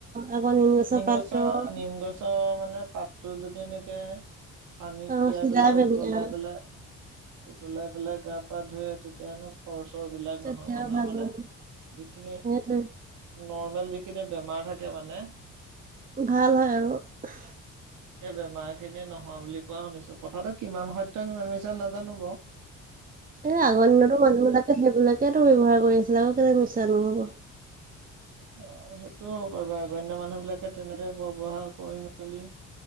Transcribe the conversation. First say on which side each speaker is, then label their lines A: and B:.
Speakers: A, on the right (about 30°); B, on the right (about 75°).
A: আকৌ গছৰ
B: নিম
A: পাতটো
B: গছৰ নিম গছ। অ মানে পাতটো যদি এনেকে পানীত
A: অ',
B: তিয়াই
A: সিজাই
B: পেলাই
A: পিনি
B: উতলাই
A: অ',
B: পেলাই। উতলাই পেলাই গা পা ধুৱে তেতিয়ানো। খৰ চৰ বিলাক
A: তেতিয়া
B: নহয় মানুহে
A: ভাল
B: মানে
A: বনাই
B: যিখিনি।
A: সেইটোৱে।
B: নৰ্মেল যিখিনি বেমাৰ থাকে মানে।
A: ভাল হয় আৰু‌ উহ।
B: এই বেমাৰ খিনি নহয় বুলি কোৱা শুনিছো কথাটো কিমান সত্য কিমান মিছা নাজানো বাও।
A: এ আগৰ দিনতো মানুহ বিলাকে সেইবিলাকেইতো ব্যৱহাৰ কৰি আছিলে আকৌ কেলে মিছা নহ'ব।
B: অহ সেইটো হ'ব পাৰে আগৰ দিনৰ মানুহ বিলাকে তেনেদৰে ব্যৱহাৰ কৰি মেলি।